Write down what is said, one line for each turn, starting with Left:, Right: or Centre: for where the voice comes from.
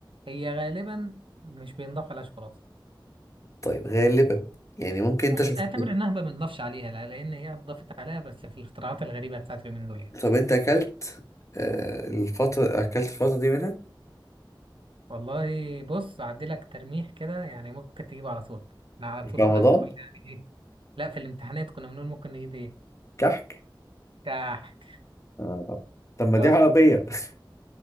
Right: هي غالبا مش بينضاف عليها شوكولاتة
Left: طيب غالبا يعني ممكن انت
Right: بس
Left: شفت
Right: اعتبر انها ما بينضافش عليها لا لان هي اتضافت عليها بس في الاختراعات الغريبة بتاعت اليومين دول يعني.
Left: طب انت اكلت آه الفتره اكلت الفتره دي منها
Right: والله بص اعدي لك ترميح كده يعني ممكن تجيبه على طول احنا على
Left: في
Right: طول
Left: رمضان
Right: كنا بنقول يعني ايه لا في الامتحانات كنا بنقول ممكن نجيب ايه
Left: كحك
Right: كح
Left: آه. طب ما
Right: بالظبط
Left: دي عربية <laughs>